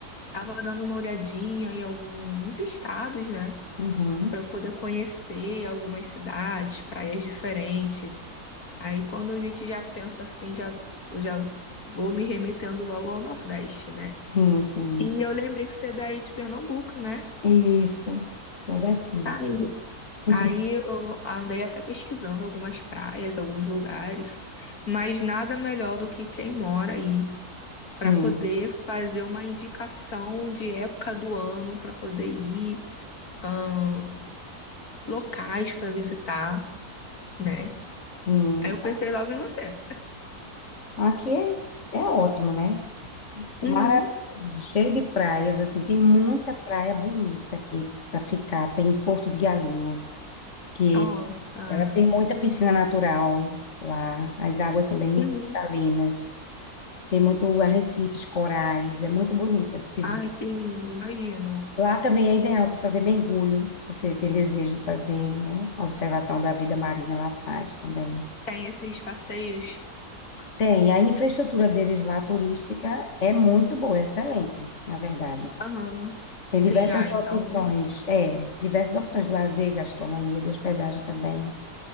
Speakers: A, on the left (about 70°); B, on the left (about 50°).
A: Tava dando uma olhadinha em alguns estados, né?
B: Uhum.
A: Pra eu poder conhecer algumas cidades, praias diferentes. Aí quando a gente já pensa assim, já, eu já vou me remetendo logo ao Nordeste, né?
B: Sim, sim.
A: E eu lembrei que você é daí de Pernambuco, né?
B: Isso, sou daqui.
A: Ai,
B: <laughs>
A: Aí eu andei até pesquisando algumas praias, alguns lugares, mas nada melhor do que quem mora aí para
B: Sim,
A: poder fazer uma indicação de época do ano para poder ir, ahn, locais para visitar, né?
B: sim.
A: Aí eu pensei logo em você.
B: Aqui é, é ótimo, né? Maravilhoso,
A: Uhum.
B: cheio de praias, assim, tem muita praia bonita aqui para ficar. Tem Porto de Galinhas, que
A: Nossa.
B: ela tem muita piscina natural lá, as águas são bem
A: Uhum.
B: cristalinas, tem muito arrecifes, corais, é muito bonita de se ver.
A: Ai, que lindo, imagino.
B: Lá também é ideal para fazer mergulho, se você tem desejo de fazer, né? A observação da vida marinha lá faz também.
A: Tem esses passeios.
B: Tem, a infraestrutura deles lá, turística, é muito boa, é excelente, na verdade.
A: Aham.
B: Tem
A: Sim,
B: diversas
A: ah,
B: opções,
A: então.
B: é, diversas opções de lazer, gastronomia, de hospedagem também.